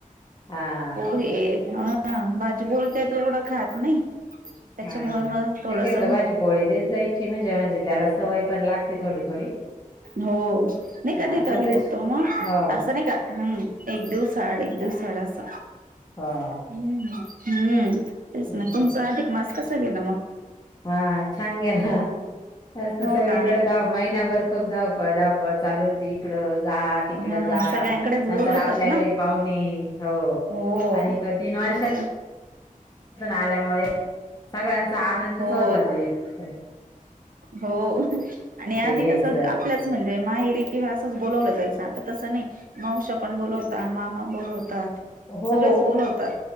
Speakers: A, on the left (about 30°); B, on the right (about 75°).
A: हा
B: पोहे
A: अच्छा
B: अ हा भाजीपोळी काय तो एवढं खात नाही त्याच्यामुळे
A: हा
B: मग थोडस
A: शक्यतो भाजी पोळी देत जायची म्हणजे म्हणजे त्याला सवय पण लागते थोडी थोडी
B: हो नाही कधी
A: हा
B: तरी
A: पण तशी
B: देतो मग
A: हो
B: असं नाही का हम्म एक दिवस आड एक दिवसाआड असं
A: हा
B: हम्म हम्म तेच ना
A: पण.
B: तुमचा अधिक मास कसा गेला मग?
A: हा छान गेला असत
B: हो
A: सगळी
B: का?
A: इकड धाव महिन्याभर खूप धावपळ धावपळ चालू होती इकडं जा इकड
B: हा
A: जा
B: सगळ्यांकडेच बोलवतात
A: नंतर आपल्या घरी
B: ना.
A: पाहुणे हो
B: हो.
A: आणि तो तीन वर्ष आल्यामुळे सगळ्यांचा आनंदच
B: हो
A: होत तो एकेळ
B: हो आणि आधी
A: घ्यायचं
B: कस आपल्याच म्हणजे माहेरे किंवा असंच बोलावलं जायचं आता तसं नाही मावशा पण बोलवतात मामा बोलवतात
A: हो
B: सगळेच बोलवतात.